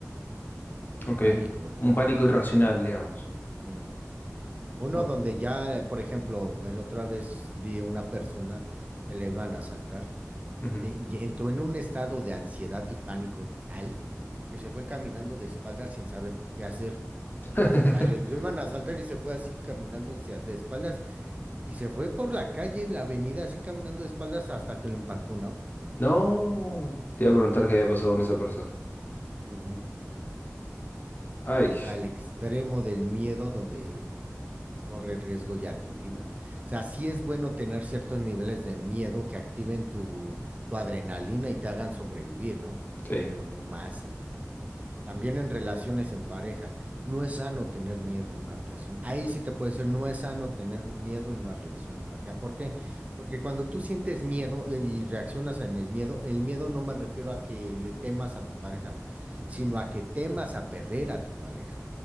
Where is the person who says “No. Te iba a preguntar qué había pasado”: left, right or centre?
Left